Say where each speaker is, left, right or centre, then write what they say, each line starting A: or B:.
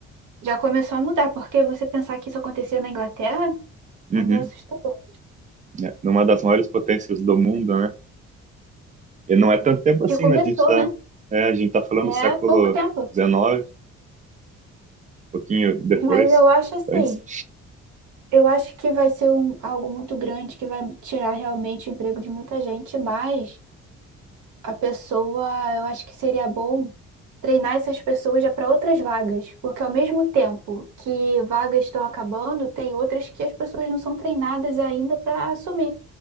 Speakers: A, on the right; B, on the right.
A: Já começou a mudar, porque você pensar que isso acontecia na Inglaterra
B: Uhum,
A: é meio assustador.
B: né? Numa das maiores potências do mundo, né? E não é tanto tempo assim,
A: Que começou,
B: né? A gente tá,
A: né?
B: é, a gente tá falando
A: É
B: do século
A: pouco tempo.
B: XIX, pouquinho depois,
A: Mas eu acho assim,
B: antes.
A: eu acho que vai ser um, algo muito grande que vai tirar realmente o emprego de muita gente, mas a pessoa, eu acho que seria bom treinar essas pessoas já para outras vagas, porque ao mesmo tempo que vagas estão acabando, tem outras que as pessoas não são treinadas ainda para assumir.